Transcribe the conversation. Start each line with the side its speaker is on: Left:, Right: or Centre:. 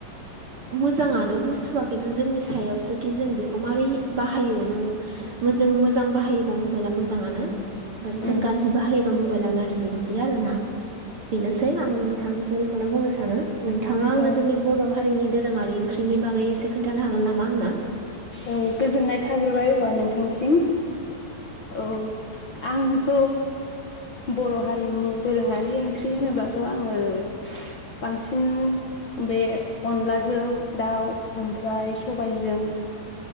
Right: मोजाङानो बुस्थुआ खिन्थु जोंनि सायावसो खि जों बेखौ मारै बाहायो जों मोजों- मोजां बाहायोबा मबाइला मोजाङानो ओमफाय
Left: उम
Right: जों
Left: औ
Right: गाज्रि बाहायोबा मबाइला गाज्रि बिदि आरो ना बेनोसै आं नोंथांनिसिम बेखौनो बुंनो सानो नोंथाङा आंनो
Left: औ
Right: जोंनि बर' हारिनि दोरोङारि ओंख्रि नि बागै एसे खोनथानो हागोन नामा आंनो
Left: औ गोजोननाय थाग्रोबाय अब्ला नोंथांसिम औ आंथ' बर' हारिनि दोरोङारि ओंख्रि होनोब्लाथ' आङो बांसिन बे अनलाजों दाउ ओमफ्राय सबायजों